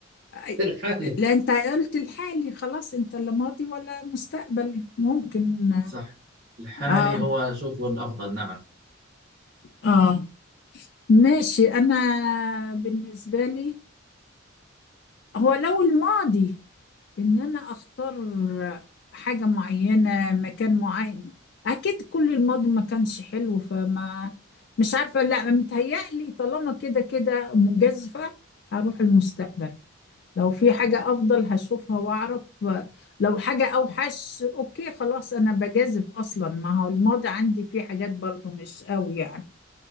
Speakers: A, on the left (about 60°); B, on the right (about 60°).
A: أي-
B: <laughs> الحالي
A: لا انت قلت الحالي خلاص انت لا ماضي ولا مستقبل ممكن
B: صح الحالي
A: اه
B: هو شوفه الأفضل نعم نعم.
A: اه ماشي انا بالنسبة لي هو لو الماضي ان انا اختار حاجة معينة مكان معين اكيد كل الماضي ما كانش حلو فما مش عارفة لا متهيألي طالما كده كده مجازفة هروح المستقبل لو في حاجة افضل هشوفها واعرف لو حاجة اوحش اوكي خلاص انا بجازف اصلا ما هو الماضي عندي فيه حاجات برضو مش قوي يعني